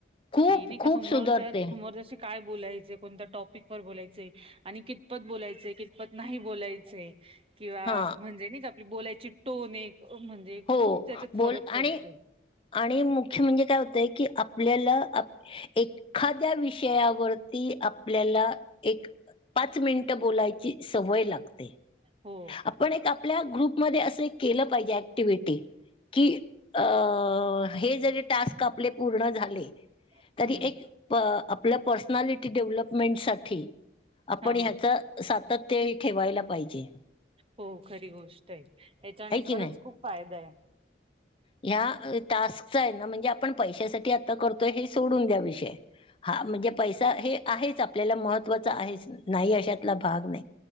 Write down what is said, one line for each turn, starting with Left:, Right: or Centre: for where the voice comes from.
Left: खूप
Right: की हे नाही का
Left: खूप
Right: समोरच्या
Left: सुधारते
Right: समोरच्याशी काय बोलायचे कोणत्या टॉपिक वर बोलायचं आणि कितपत बोलायचं कितपत नाही बोलायचं किंवा
Left: हा
Right: म्हणजे नाहीका आपली बोलायची टोन आहे म्हणजे
Left: हो
Right: खूप त्यांच्यात
Left: बोल
Right: फरक
Left: आणि
Right: पडतोय.
Left: आणि मुख्य म्हणजे काय होतंय की आपल्याला एखाद्या विषयावरती आपल्याला एक पाच मिनिटं बोलायची सवय लागते
Right: हो
Left: आपण एक आपल्या ग्रुपमध्ये असे एक केलं पाहिजे ऍक्टि्ही की अ हे जरी टास्क आपले पूर्ण झाले.
Right: हं
Left: तरी
Right: हं
Left: एक आपल्या पर्सनालिटी डेव्हलपमेंटसाठी आपणं
Right: हां हां
Left: ह्यांचं सातत्य हे ठेवायला पाहिजे.
Right: हो खरी गोष्ट आहे याच्याने
Left: आहे
Right: खरंच
Left: की नाही
Right: खूप फायदा आहे.
Left: ह्या टास्कचा आहे ना म्हणजे आपण पैशासाठी आता करतोय हे सोडून द्या विषय, हा म्हणजे पैसा हे आहेच आपल्याला महत्त्वाचा आहेच. नाही अशातला भाग नाही